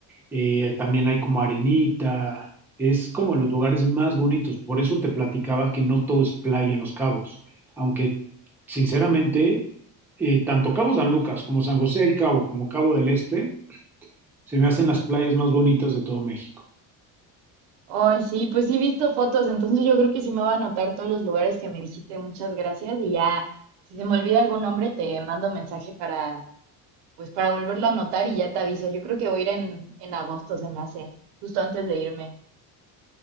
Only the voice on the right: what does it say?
hoy sí, pues sí he visto fotos, entonces yo creo que sí me va a anotar todos los lugares que me dijiste, muchas gracias, y ya, si se me olvida algún nombre, te mando mensaje para, pues para volverlo a anotar y ya te aviso. Yo creo que voy a ir en, en agosto, se me hace, justo antes de irme.